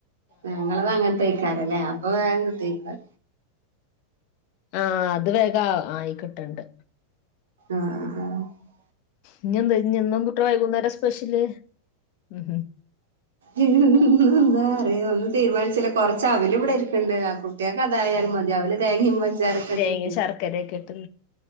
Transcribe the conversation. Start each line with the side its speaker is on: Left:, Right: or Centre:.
Right: ഞങ്ങളത് അങ്ങനത്തെഴക്കാറേ അല്ലെ അപ്പൊ വേറെ ക തേക്ക
Left: ആഹ അത് വേഗം ആയി കിട്ടണ്ട്
Right: ആഹ ഉ
Left: ഇനി എന്താ ഇന്നും കുിട്ട വൈകുന്നേരം സ്പെഷ്യല് ഉ
Right: ഉ എന്താ അറിയ ഒന്നന്ന് തീരുമാനിച്ചില്ല കൊറച്ച് അവല ഇവിടെ ഇരിക്കണ്ട് ആ കുട്ടിയക്കെ അതായാലും മതി അവല് തേങ്ങിമ്മഞ്ചാരക്കെ ഇട്ടിട്ട്
Left: തേങ്ങ ശർക്കരയൊക്കെ ഇട്ട്